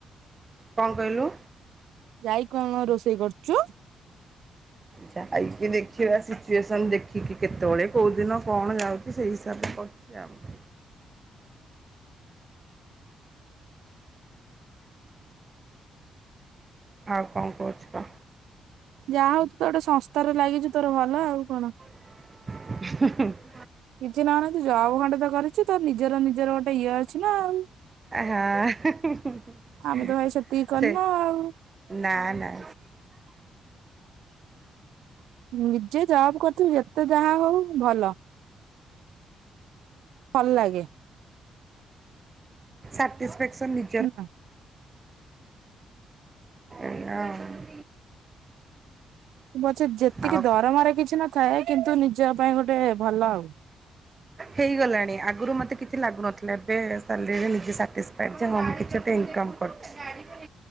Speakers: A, on the right; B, on the right.
A: କଣ କହିଲୁ?
B: ଯାଇ କଣ ରୋଷେଇ କରୁଚୁ
A: ଯାଇକି ଦେଖିବା ସିଚୁଏସନ ଦେଖିକି କେତେବେଳେ କୋଉ ଦିନ କଣ ଯାଉଛି ସେଇ ହିସାବରେ କ ସେ ଆମ ଆଉ କଣ କରହୁଛି କ।
B: ଯାହାହଉ ତୁ ତ ଗୋଟେ ସଂସ୍ଥା ଲାଗିଛ ତୋର ଭଲ ଆଉ କଣ।
A: <unintelligible>
B: କିଛି ନ ହେଲେ ତୁ ଜବ ଖଣ୍ଡେ ତ କରିଛି ତୋର ନିଜର ନିଜର ଗୋଟେ ଇଏ ଅଛି ନା ଆଉ।
A: ଆହା ହୁଁ ହୁଁ
B: ଆମେ ତ ଭାଇ ସେତିକି କରିନୁ
A: ସେ
B: ଆଉ
A: <unintelligible> ନା ନା
B: ନିଜେ ଜବ୍ କରିୁଥିବ ଯେତେ ଯାହା ହଉ ଭଲ। ଭଲ ଲାଗେ।
A: ସାଟିସ୍ଫେକ୍ସନ୍
B: ନା ହଁ।
A: ଏଇଆଉ।
B: ପଛେ ଯେତିକି
A: ଆଉ
B: ଦରମାରେ କିଛି ନଥାଏ। କିନ୍ତୁ ନିଜ ପାଇଁ ଗୋଟେ ଭଲ ଆଉ।
A: ହେଇଗଲାଣି। ଆଗରୁ ମୋତେ କିଛି ଲାଗୁନଥିଲା ଏବେ ସାଲେରୀରେ ନିଜେ ସାଟିସ୍ଫାଇଡ୍ ଯେ ହଁ ମୁଁ କିଛି ଗୋଟେ ଇନ୍ କମ୍ କର ସେ ଗାଡ଼ି